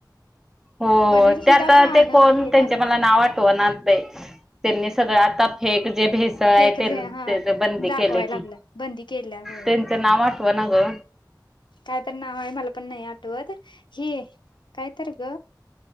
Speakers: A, in the centre; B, on the left.
A: हो
B: पनीर सुद्धा
A: त्या आता
B: खाणं
A: ते कोण
B: हे
A: त्यांचे
B: झालंय
A: मला नाव आठवनाच बाई. त्यांनी सगळं आता फेक जे भे तळाय
B: फेक
A: तेन
B: जे हा
A: तेच बंदी
B: दाखवाय
A: केले
B: लागल्यात
A: की,
B: बंदी केल्या होय
A: त्यांचं नाव आठव ना ग.
B: कायतरी नाव आहे मला पण नाही आठवत, ही कायतर ग.